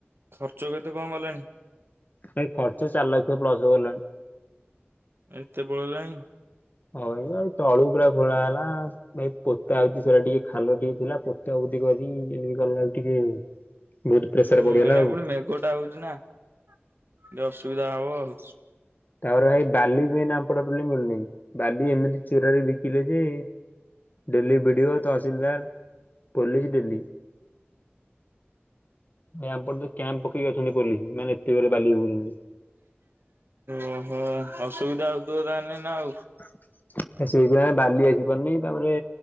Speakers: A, on the right; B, on the left.
A: ଖର୍ଚ୍ଚ କେତେ କଣ ଗଲାଣି?
B: ଭାଇ ଖର୍ଚ୍ଚ ଚାରି ଲକ୍ଷ ପ୍ଲସ୍ ଗଲାଣି।
A: ଏତେ ପଳେଇଲାଣି।
B: ହଁ ଭାଇ ତଳୁ ପୁରା ଖୋଳା ହେଲା ଆଉ। ଭାଇ ପୋତା ହେଇଛି ସେଟା ଟିକେ ଖାଲ ଟିକେ ଥିଲା ତ ପୋତାପୋତି କରି ଏମିତି କଲା ବେଳେକୁ ଟିକେ ବହୁତ
A: ହୁଁ
B: ପଡ଼ିଗଲା
A: ଏଇନା
B: ଆଉ
A: ପୁଣି ମେଘ ଟା ହଉଛି ନା ଟିକେ ଅସୁବିଧା ହବ ଆଉ।
B: ତାପରେ ଭାଇ ବାଲି ବି ଏଇନା ଆମ ପଟେ ଟୋଟାଲି ମିଳୁନି ବାଲି ଏମିତି ଚୋରାରେ ବିକିଲେ ଯେ daily B D O tehsildar police daily. ଆମ ପଟେ କ୍ୟାମ୍ପ ପକେଇକି ଅଛନ୍ତି ପୋଲିସ ମାନେ ଏତେ ଜୋରେ ବାଲି ବୋହୂଛନ୍ତି।
A: ଓ ହୋ ଅସୁବିଧା ହଉଥିବ ତାହାନେ ନା ଆଉ।
B: ହଁ। ସେଇଥିପାଇଁ ବାଲି ଆସି ପାରୁନି ତାପରେ